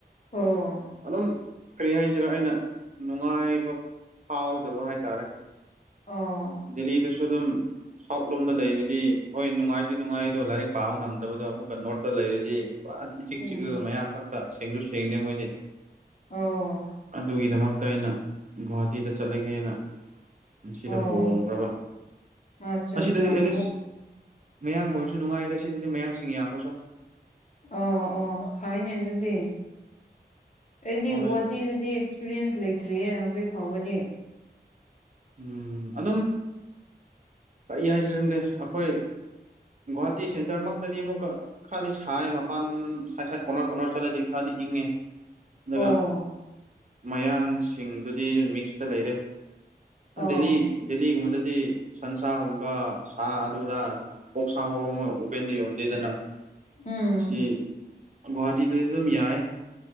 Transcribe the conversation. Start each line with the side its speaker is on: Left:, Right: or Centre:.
Left: ꯑꯣ
Right: ꯑꯗꯨꯝ ꯀꯔꯤ ꯍꯥꯏꯁꯤꯔ ꯑꯩꯅ ꯅꯨꯡꯉꯥꯏꯕ ꯐꯥꯎꯗꯕ ꯍꯥꯏꯇꯥꯔꯦ
Left: ꯑꯣ
Right: ꯗꯦꯜꯂꯤꯗꯁꯨ ꯑꯗꯨꯝ ꯁꯥꯎꯠ ꯂꯣꯝꯗ ꯂꯩꯔꯗꯤ ꯍꯣꯏ ꯅꯨꯡꯉꯥꯏ ꯅꯨꯡꯉꯥꯏꯗꯣ ꯂꯥꯏꯔꯤꯛ ꯄꯥꯕ ꯉꯝꯗꯕꯗꯣ ꯑꯃꯨꯛꯀ ꯅꯣꯔꯠꯇ ꯂꯩꯔꯗꯤ ꯄꯨꯔꯥ ꯏꯆꯤꯛ
Left: ꯎꯝ
Right: ꯆꯤꯛꯂꯒ ꯃꯌꯥꯡꯈꯛ ꯁꯦꯡꯁꯨ ꯁꯦꯡꯗꯦ ꯃꯣꯏꯗꯤ
Left: ꯑꯣ
Right: ꯑꯗꯨꯒꯤꯗꯃꯛꯇ ꯑꯩꯅ ꯒ‌ꯣꯍꯇꯤꯗ ꯆꯂꯒ‌ꯦꯅ ꯁꯤꯗ
Left: ꯑꯣ
Right: ꯍꯣꯡꯈ꯭ꯔꯕ
Left: ꯑꯠꯆꯥ
Right: ꯑꯁꯤꯗꯗꯤ
Left: ꯑꯠꯆꯥ
Right: ꯑꯦꯠꯂꯤꯁ
Left: ꯑꯣ
Right: ꯃꯌꯥꯡ ꯑꯣꯏꯔꯁꯨ ꯅꯨꯡꯉꯥꯏꯗ ꯁꯤꯗꯗꯤ ꯃꯌꯥꯡꯁꯤꯡ ꯑ‌ꯣꯏꯔꯁꯨ
Left: ꯑꯣ ꯑꯣ ꯐꯩꯅꯦ ꯑꯗꯨꯗꯤ ꯑꯩꯗꯤ
Right: ꯍꯣꯏ
Left: ꯒꯨꯍꯥ ꯇꯤꯗꯗꯤ ꯑꯦꯛꯁꯄꯤꯔꯤꯌꯦꯟꯁ ꯂꯩꯇ꯭ꯔꯤꯌꯦ ꯍꯧꯖꯤꯛ ꯐꯥꯎꯕꯗꯤ
Right: ꯎꯝ ꯑꯗꯨꯝ ꯀꯔꯤ ꯍꯥꯏꯁꯤꯔ ꯈꯪꯗꯦ ꯑꯩꯈꯣꯏ ꯒꯥꯎꯍꯥꯇꯤ ꯁꯦꯟꯇꯔꯃꯛ ꯆꯗꯤ ꯑꯃꯨꯛꯀ ꯈꯔꯗꯤ ꯁꯥꯏ ꯃꯄꯥꯟ ꯁꯥꯏꯠ ꯁꯥꯏꯠ ꯀꯣꯅꯔ ꯀꯣꯟꯅꯔ ꯆꯠꯂꯗꯤ ꯈꯔꯗꯤ ꯏꯪꯉꯦ ꯑꯗꯨꯒ
Left: ꯑꯣ
Right: ꯃꯌꯥꯡꯁꯤꯡꯗꯨꯗꯤ ꯑꯗꯨ ꯃꯤꯛꯁꯇ ꯂꯩꯔꯦ
Left: ꯑꯣ
Right: ꯗꯦꯜꯂꯤ ꯗꯦꯜꯂꯤꯒꯨꯝꯕꯗꯗꯤ ꯁꯟꯁꯥꯒꯨꯝꯕ ꯁꯥ ꯑꯗꯨꯗ ꯑꯣꯛ ꯁꯥ ꯐꯥꯎꯕ ꯑꯃ ꯎꯄꯦꯟꯗ ꯌꯣꯟꯗꯦꯗꯅ
Left: ꯎꯝ
Right: ꯑꯁꯤ ꯒꯨꯍꯥꯇꯤꯗꯗꯤ ꯑꯗꯨꯝ ꯌꯥꯏ